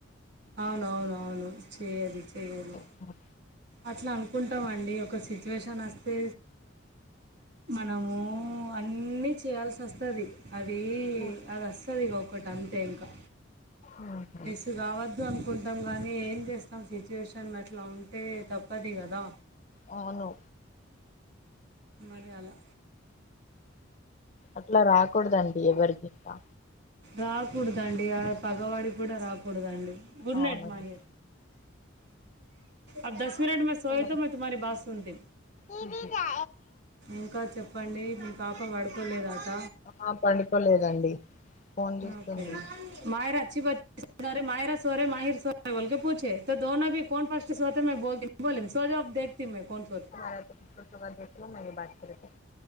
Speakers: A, on the right; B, on the left.
A: అవునవునవును చెయ్యది చెయ్యది
B: ఆ
A: అట్లా అనుకుంటాం అండి ఒక సిచ్యువేషన్ అస్తే మనము అన్నీ చేయాల్సి అస్తది అది
B: ఉహు
A: అది అస్తది ఇగ ఒకటి అంతే ఇంకా
B: ఆహ
A: ఇ కావద్దు అనుకుంటాం కానీ ఏం చేస్తాం సిచ్యుయేషన్ అట్లా ఉంటే తప్పది కదా
B: అవును
A: మరి అలా
B: అట్లా రాకూడదండి ఎవరికింకా
A: రాకూడదండి ఆ పగవాడి కూడా రాకూడదండి గుడ్
B: అవునండి
A: నైట్ మారిహ అబ్ దస్ మినట్మే సో సోయితో
B: లైక్
A: మే తుమ్ారి బత సుంతే
B: ఉహు.
A: ఇంకా చెప్పండి మీ పాపం పడుకోలేదాట
B: ఆ పండుకోలేదండి ఫోన్ చూస్తుంది
A: ఓకే మాయరా అచ్చి పచ్చిరే మాయరా సోరే మాహిర్ సోరే ఒకళక పూచే. <unintelligible> ోనో క కోన్ పస్టి సోతే మ బ పోత బలి సోాబ్ దకుత మ కోన్. <unintelligible>
B: తుమ మారాతో పుత్ర చుగాేలో మ మీ బత ఫతో. <unintelligible>